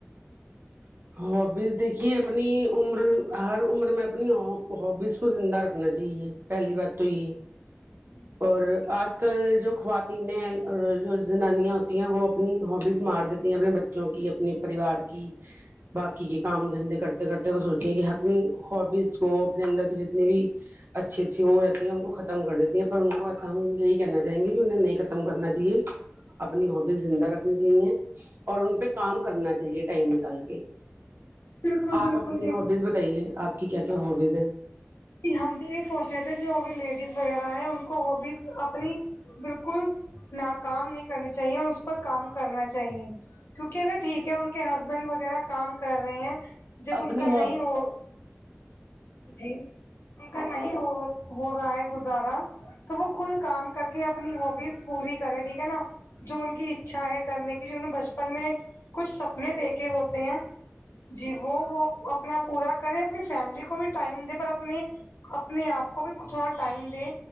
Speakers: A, on the right; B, on the left.
A: ہابیز دیکھیے اپنی عمر ہر عمر میں اپنی ہا ہابیز کو زندہ رکھنا چاہیے پہلی بات تو یہ
B: ہوں ہوں
A: اور آج کل جو خواتینیں جو زنانیاں ہوتی ہیں وہ اپنی ہابیز مار دیتی ہیں اپنے ب چوں کی اپنے پریوار کی باقی کے کام دھندے کرتے کرتے وہ سوچٹے کہ اپنی ہابیز کو اپنے اندر کے جتنے بھی اچھی اچھی وہ رہتی ہے ان کو ختم کر دیتی ہیں پر ان کو ایسا ہم یہی کہنا چاہیں گے کہ انہیں نہیں ختم کرنا چاہیے اپنی ہابیز زندہ رکھنی چاہیے اور ان پہ کام کرنا چاہیے ٹائم نکال کے
B: بالکل
A: آپ
B: بالکل
A: اپنی
B: دیکھ
A: ہبیز بتائیے آپ کی کیا کیا ہبیز ہیں
B: ہم بھی یہ سوچ رہ تھے جو بھی لیڈیز وغیرہ ہے ان کو ہوبیز اپنی بالکل ناکام نہیں کرنی چاہیے اس پر کام کرنا چاہیے کیونکہ اگر ٹھیک ہے ان کے ہسبینڈ وغیرہ کام کر رہے ہیں جب
A: اپنی
B: ان کا
A: ہابی
B: نہیں ہو جی ان کا نہیں ہو ہو رہا ہے گزارا تو وہ خود کام کر کے اپنی ہوبیز پوری کرے ٹھیک ہے نا جو ان کی اچھا ہے کرنے کی جو ان نے بچپن میں کچھ سپنے دیکھے ہوتے ہیں جی وہ وہ اپنا پورا کرے اپنی فیملی کو بھی ٹائم دے پر اپنی اپنے آپ کو بھی تھوڑا ٹائم دے